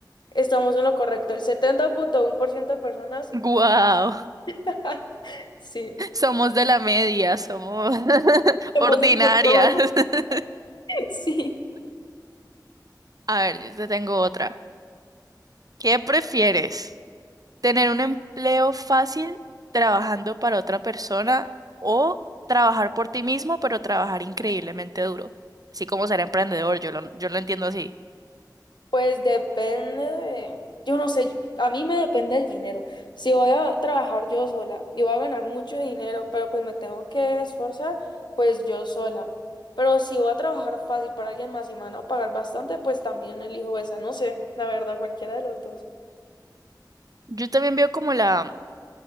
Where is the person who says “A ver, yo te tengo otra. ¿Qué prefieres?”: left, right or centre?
Right